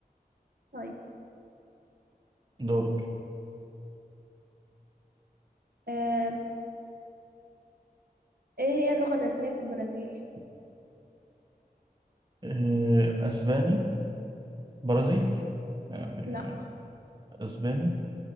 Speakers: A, on the right; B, on the right.
A: طيب
B: دول
A: آم، ايه هي اللغة الرسمية في البرازيل
B: آه، أسباني برازيلي يعني
A: لا
B: آه، أسباني